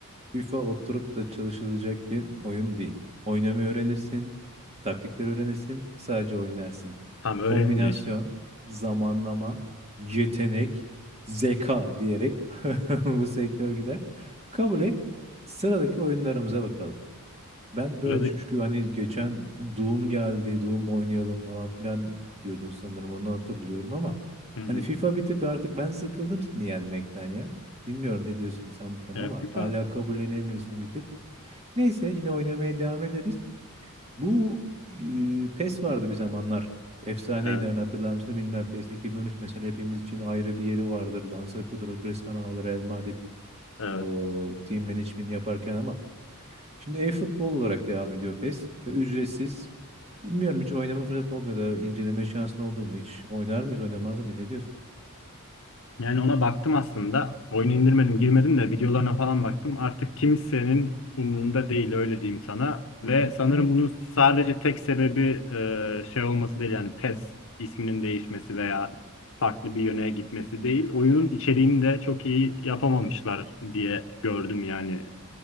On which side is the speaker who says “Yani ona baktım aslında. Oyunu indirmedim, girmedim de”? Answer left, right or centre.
Left